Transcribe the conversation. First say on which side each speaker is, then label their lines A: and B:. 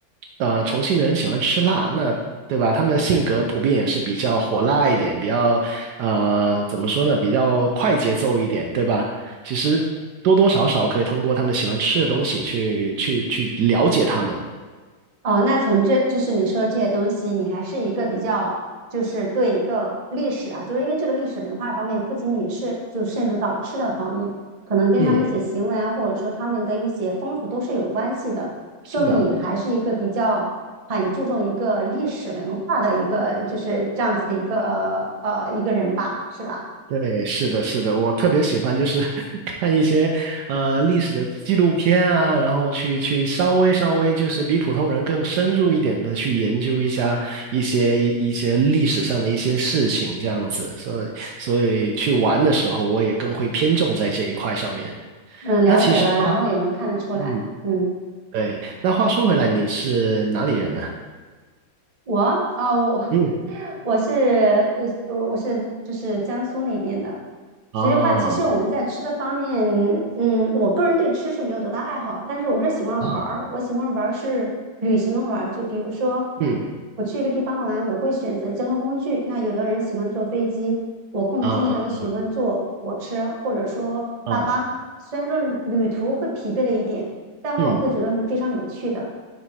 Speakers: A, on the right; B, on the right.
A: 呃，重庆的人喜欢吃辣，那对吧？他们的性格普遍也是比较火辣一点，比较呃，怎么说呢，比较快节奏一点，对吧？其实多多少少可以通过他们喜欢吃的东西去去去了解他们。
B: 哦，那从这就是你说这些东西，你还是一个比较，就是对一个历史啊，就是因为这个历史文化方面，不仅仅是就渗入到吃的方面，可能跟他们一些行为啊，
A: 嗯，
B: 或者说他们的一些风俗都是有关系的，说明你还是一个比较很注重一个历史文化的一个就是这样子的一个呃一个人吧，
A: 是的。
B: 是吧？
A: 对，是的，是的，我特别喜欢就是 <laughs> 看一些呃历史的纪录片啊，然后去去稍微稍微就是比普通人更深入一点的去研究一下一些一一些历史上的一些事情这样子，所以所以去玩的时候我也更会偏重在这一块上面。
B: 嗯，了解了，
A: 那其实话，
B: 然后也能看得出来，
A: 嗯，
B: 嗯。
A: 对，那话说回来，你是哪里人呢？
B: 我啊、我
A: 嗯，
B: <laughs> 我是呃我我是就是江苏那边的。
A: 啊
B: 所以的话，其实我们在吃的方面，嗯，我个人对吃是没有多大爱好，但是我是喜欢玩儿，
A: 啊，
B: 我喜欢玩儿是旅行的玩儿。就比如说，
A: 嗯
B: 我去一个地方玩，我会选择交通工具。那有的人喜欢坐飞机，我更偏向于喜欢坐火车或者说大巴。
A: 啊啊啊，
B: 虽然说旅途会疲惫了一点，但我会觉得是非常有趣的。
A: 嗯。